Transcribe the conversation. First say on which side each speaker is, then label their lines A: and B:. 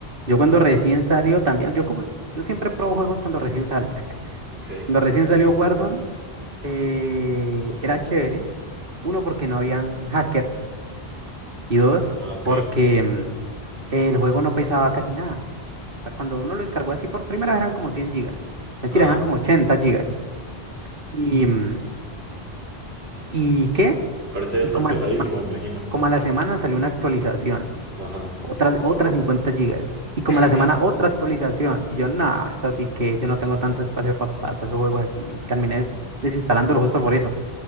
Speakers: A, on the right (about 60°); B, on the right (about 75°).
A: Yo cuando recién salió también, yo como, yo siempre pruebo juegos cuando recién salen.
B: Ok, está
A: Cuando recién salió
B: bien.
A: Warzone, eh, era chévere. Uno, porque no habían hackers. Y dos,
B: Ah, ok.
A: porque mm, el juego no pesaba casi nada. O sea, cuando uno lo descargó así por primera vez eran como 100 gigas. Mentira,
B: Ajá.
A: eran como 80 gigas. ¿Y, mm, ¿y qué?
B: Ahorita debe
A: Y
B: estar
A: como
B: pesadísimo,
A: a,
B: me imagino.
A: como a la semana salió una actualización,
B: Ajá.
A: otras, otras 50 gigas. Y como
B: <laughs>
A: a la semana otra actualización. Y yo, nada, es así que yo no tengo tanto espacio para pasar esos juegos así. Y terminé des- desinstalándolo justo por eso,